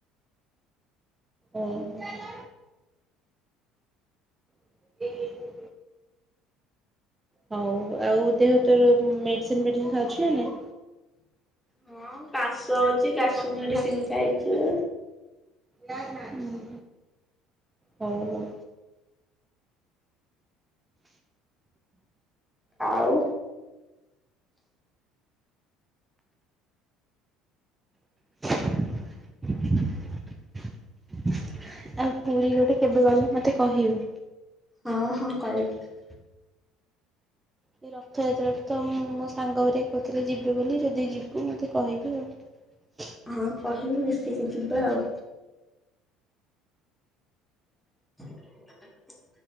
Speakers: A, on the right; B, in the centre.
A: ଓ ହୋ। <inaudible> ହଉ ଆଉ ଦେହ ତୋର, ମେଡିସିନ ଫେଡିସିନି ଖାଉଛୁ ନା ନାଇଁ?
B: ହଁ କାଶ ହଉଛି କାଶ
A: <unintelligible>
B: ମେଡିସିନ ଖାଇଥିଲି
A: ହୁଁ -ହୁଁ ହଉ ହଉ।
B: ଆଉ
A: <inaudible> ଆଉ ପୁରୀ ଗୋଟେ କେବେ ଗଲେ ମତେ କହିବୁ?
B: ହଁ -ହଁ କଇବି।
A: ଏ ରଥଯାତ୍ରାକୁ ତ ମୋ ସାଙ୍ଗ ହେରିକା ର କହୁଥିଲେ ଯିବେ ବୋଲି, ଯଦି ଯିବୁ ମୋତେ କହିବୁ ଆଉ।
B: ହଁ କହିବୁ ମିଶିକି ଯିବା ଆଉ। <inaudible>